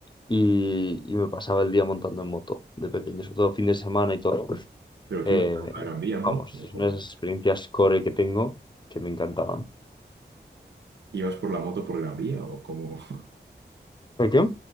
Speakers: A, on the left; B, on the right.
A: Y, y me pasaba el día montando en moto de pequeño, sobre todo fin de semana y todo.
B: ¿Pero
A: Eh,
B: qué ibas por la Gran Vía en
A: vamos,
B: moto? ¿O
A: es
B: cómo?
A: una de las experiencias core que tengo que me encantaban.
B: ¿Ibas por la moto por Gran Vía o como <laughs>
A: ¿El qué?